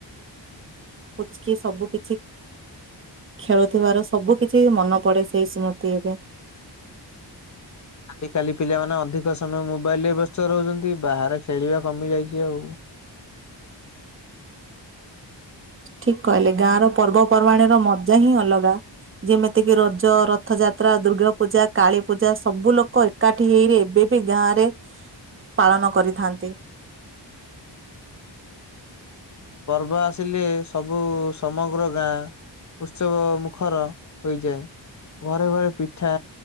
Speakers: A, on the right (about 30°); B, on the left (about 40°).
A: ପୁଚକି ସବୁ କିଛି କିଛି ଖେଳୁଥିବାର ସବୁ କିଛି ମନେ ପଡେ ସେଇ ସ୍ମୃତି ଏବେ <inaudible>
B: ଆଜିକାଲି ପିଲାମାନେ ଅଧିକ ସମୟ ମୋବାଇଲ ରେ ବ୍ୟସ୍ତ ରହୁଛନ୍ତି ବାହାରେ ଖେଳିବା କମି ଯାଇଛି ଆଉ।
A: <inaudible> ଠିକ କହିଲେ ଗାଁ ର ପର୍ବପର୍ବାଣ ର ମଜା ହିଁ ଅଲଗା। ଯେମିତିକି ରଜ ରଥଯାତ୍ରା ଦୁର୍ଗାପୂଜା କାଳୀ ପୂଜା ସବୁ ଲୋକ ଏକାଠି ହେଇରେ ଏବେ ବି ଗାଁ ରେ ପାଳନ କରିଥାନ୍ତି। <inaudible>
B: ପର୍ବ ଆସିଲେ ସବୁ ସମଗ୍ର ଗାଁ ଉତ୍ସବ ମୁଖର ହୋଇଯାଏ। ଘରେ ଘରେ ପିଠା